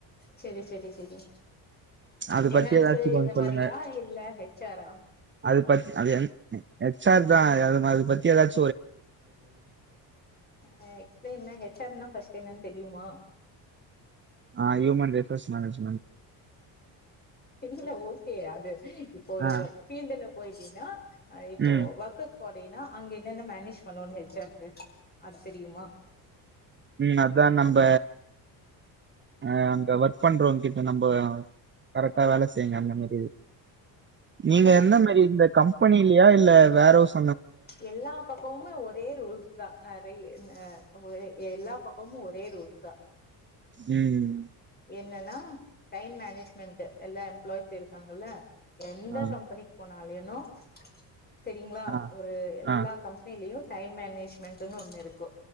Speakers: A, on the left; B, on the right.
A: செரி செரி செரி
B: அது
A: ஃபினான்ஸு
B: பத்தி ஏதாச்சூ கொஞ்சோ
A: இந்த
B: சொல்லுங்க
A: மாரியா இல்ல ஹெச் ஆரா
B: அது பத் அது என் ம் ஹெச் ஆர் தா அது அது ம பத்தி ஏதாச்
A: ஆ எக்ஸ்ப்ரியன்னா ஹெச் ஆர்ன் ஃபஸ்ட் டு என்னன் தெரியுமா
B: ஆ இவுங்க வந்து ட்ரஸ் மேனேஜ்மென்ட்
A: இல்ல ஓகே அது இப்போ ஒரு
B: ஆ
A: ஃபீல்டுல போயிட்டீன்னா ஆ இப்போ
B: ம்
A: வக்கத் படேனா அங்க என்னென்ன மேனேஜ் பண்ணூ ஹெச் ஆர் கு அது தெரியுமா
B: ம் அத்தா நம்ப ஆ அங்க வர்க் பண்றவ்ங்கிட்ட நம்ப கரெக்டா வேல செய்ங்க அந்த மாரி நீங்க
A: என்னது
B: எந்த மாரி இந்த கம்பெனிலியா இல் ல வேரவுஸ்
A: எல்லா பக்கமுமே ஒரே ரூல்ஸ் தா நறைய் ந ஒரே எல்லா பக்கமூ ஒரே ரூஸ் தா
B: ம்
A: என்னன்னா டைம் மேனேஜ்மெண்ட் எல்லா <unintelligible> இருக்காங்கல எந்த
B: ஆ
A: கம்பெனி போனா னாலேனூ செரிங்ளா
B: ஆ
A: ஒரு எல்லா
B: ஆ
A: கம்பெனிலயூ டைம் மேனேஜ்மெண்ட்ன்னு ஒன்னுருக்கூ